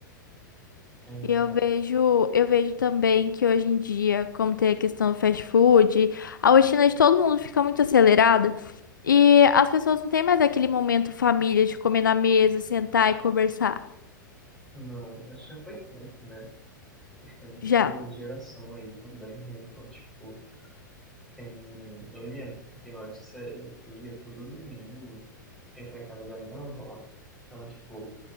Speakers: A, in the centre; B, on the left.
A: É,
B: E eu vejo, eu vejo também que hoje em dia, como tem a questão do fast food, a rotina de todo mundo fica muito acelerada e as pessoas não têm mais aquele momento família de comer na mesa, sentar e conversar.
A: não, acho que já foi tempo, né. Acho que é muita
B: Já.
A: coisa de geração aí também, né. Então, tipo, tem... Eu lembro que antes é, eu eu ia todo domingo ia pra casa da minha avó. Então, tipo,